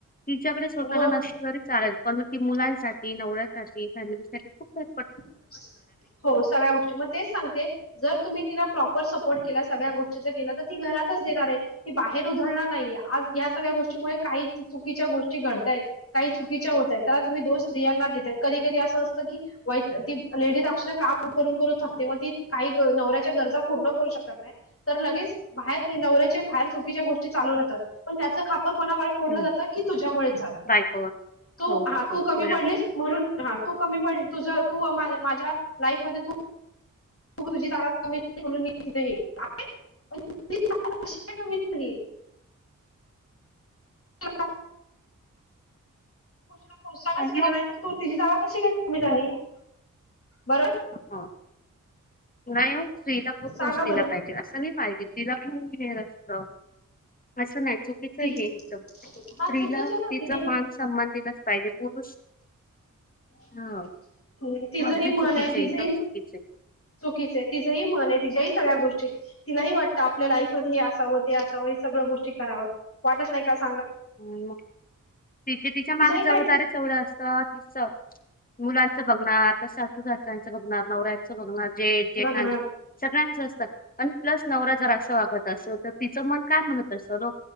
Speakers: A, on the left; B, on the left.
A: तिच्याकडे स्वतःला
B: मग
A: ना चालेल. पण, म ती मुलांसाठी, नवऱ्यासाठी, फॅमिलीसाठी खूप कर
B: <unintelligible> हो सगळ्या गोष्टी. मग तेच सांगते. जर तुम्ही तिला प्रॉपर सपोर्ट केलास सगळ्या गोष्टी जर केलं तर, ती घरातच देणार आहे. की बाहेर उधळणार नाहीे. आज या सगळ्या गोष्टीमुळे काही चुकीच्या गोष्टी घडतायत. काही चुकीच्या हो त्याला तुम्ही दोष स्त्रियाना देतात. कधी- कधी असं असतं की, वाईट लेडीज अक्षरशः काम करून- करून थकते. मग ती, काही नवऱ्याच्या गरजा पूर्ण करू शकत नाही. तर <unintelligible> लगेच बाहेर ते नवऱ्याचे, बाहेर चुकीच्या गोष्टी चालू राहतात. पण त्याचं खापर कोनाकडे फोडलं
A: हो
B: जात की, तुझ्यामुळेच झालं.
A: बायकोवर
B: तू,
A: हो
B: हा,
A: हो हो
B: तु
A: तुझ्या
B: कमी पडलीस म्हणून, हा तु कमी पडल तुझ तू माझ्या लाईफ मध्ये तू तुझी तागद कमी म्हून <unintelligible> <unintelligible> कमी झाली. तुला त्या <unintelligible> प्रोत्साहनच
A: मम्मा
B: केलं नाही तर, तू तिजी जागा कशी काय कमी झाली? बर
A: हो. नाही ओ, स्त्रीला खूप
B: सांगा
A: <unintelligible>
B: बरं
A: दिला पाहिजे. असं नाही पाहिजे तिला पण <unintelligible> असं नाही चुकीचं
B: ति-
A: हे एकदम. स्त्रीला,
B: हा चुकीच आहे ना
A: तिचा
B: तिथे
A: मान- सन्मान दिलाच पाहिजे. पुरुष
B: <unintelligible>
A: हा.
B: ह् तिजही
A: अगदी
B: मनय.
A: चुकीचं
B: तिजही
A: आहे एकदम चुकीचं आहे.
B: चुकीचय. तिझंही मनय. तिज्याही सगळ्या गोष्टी तिलाही वाटतं, आपल्या लाईफमध्ये हे असावं, ते असावं. हे सगळं गोष्टी करावं वाटत नाही का? सा
A: अ मग. तिचे तिच्या
B: तिच्याही
A: मागे जबदारीच
B: काय
A: एवढं असतात ती स मुलांचं बघणार, आता सासु सासऱ्यांचं बघणार, नवऱ्यांचं बघणार. जेठ जेठानी
B: बघणार
A: सगळ्यांचं असतात. प्लस नवरा जर असं वागत असेल. तर, तिचं मन काय म्हणत असंल ओ.